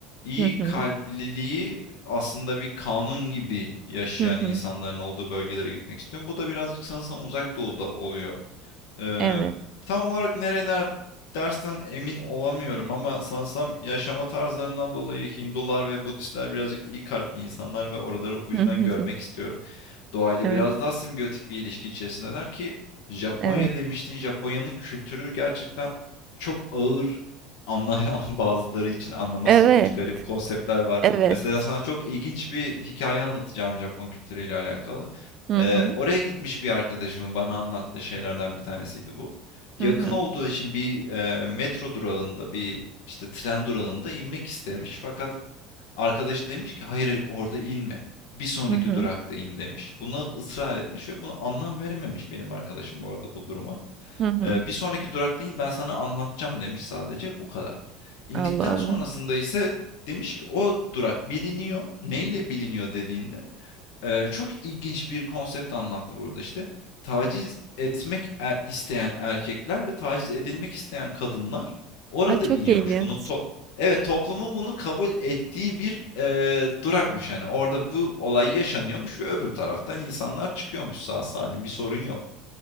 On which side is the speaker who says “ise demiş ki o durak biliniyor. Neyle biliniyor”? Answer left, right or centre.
Left